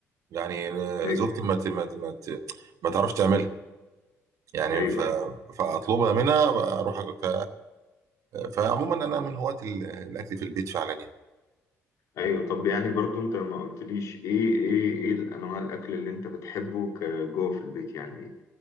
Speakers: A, on the right (about 70°); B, on the left (about 75°).
A: يعني آه،
B: ايوه
A: زوجتي ما ت- ما ت- ما ت- ما تعرفش تعملها يعني
B: ايوه
A: ف... فاطلبها منها اروح أكل. ف... فعموما انا
B: ايوه
A: من هواة ال- الاكل في البيت فعلا يعني
B: ايوه طب يعني برضو انت ما قلتليش ايه ايه ايه الانواع الاكل اللي انت بتحبه كجوه في البيت يعني